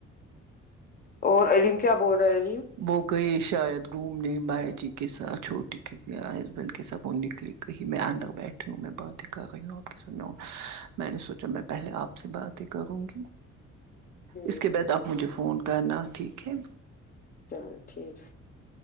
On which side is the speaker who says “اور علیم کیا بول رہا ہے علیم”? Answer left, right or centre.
Left